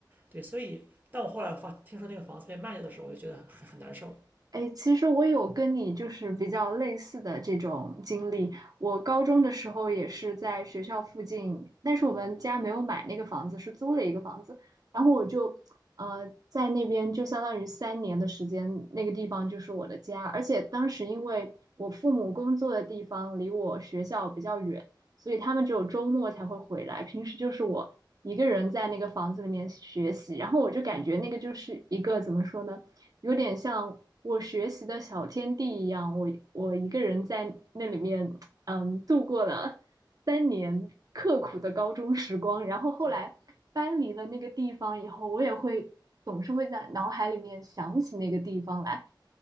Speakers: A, on the right; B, on the right.
A: 对，所以当我后来发听说那个房子被卖掉的时候，我就觉得很很难受。
B: 哎，其实我有跟你就是比较类似的这种经历。我高中的时候也是在学校附近，但是我们家没有买那个房子，是租了一个房子。然后我就，呃，在那边就相当于三年的时间，那个地方就是我的家。而且当时因为我父母工作的地方离我学校比较远，所以他们只有周末才会回来，平时就是我一个人在那个房子里面学习。然后我就感觉那个就是一个怎么说呢？有点像我学习的小天地一样，我我一个人在那里面，嗯，度过了三年刻苦的高中时光。然后后来搬离了那个地方以后，
A: 对，
B: 我也会总是会在脑海里面想起那个地方来，